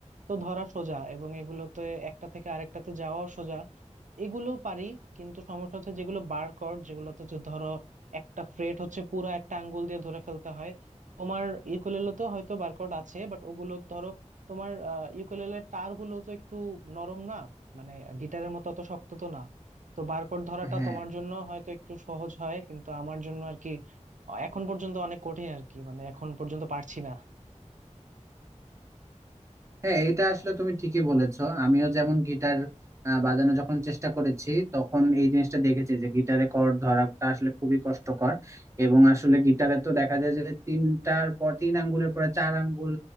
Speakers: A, on the right; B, on the right.
A: তো ধরা সোজা এবং এগুলোতে একটা থেকে আরেকটাতে যাওয়াও সোজা এগুলো পারি কিন্তু সমস্যা হচ্ছে যেগুলো বার কর্ড যেগুলোতে হচ্ছে ধরো একটা ফ্রেট হচ্ছে পুরো একটা আঙ্গুল দিয়ে ধরে ফেলতে হয় তোমার ইউকুলেলে তো হয়তো বার কর্ড আছে বাট ওগুলো ধরো তোমার ইউকুলেলের তারগুলো তো একটু নরম না মানে গিটারের মতো অত শক্ত তো না তো বারকোড ধরাটা
B: হ্যাঁ
A: তোমার জন্য হয়তো একটু সহজ হয় কিন্তু আমার জন্য এখন পর্যন্ত অনেক কঠিন আর কি মানে এখন পর্যন্ত পারছি না
B: হ্যাঁ এটা আসলে তুমি ঠিকই বলেছো আমিও যেমন গিটার আহ, বাজানো যখন চেষ্টা করেছি তখন এই জিনিসটা দেখেছি যে গিটারে কর্ড ধরাটা আসলে খুবই কষ্টকর এবং আসলে গিটারে তো দেখা যায় যে তিনটার পর তিন আঙ্গুলের পরে চার আঙ্গুল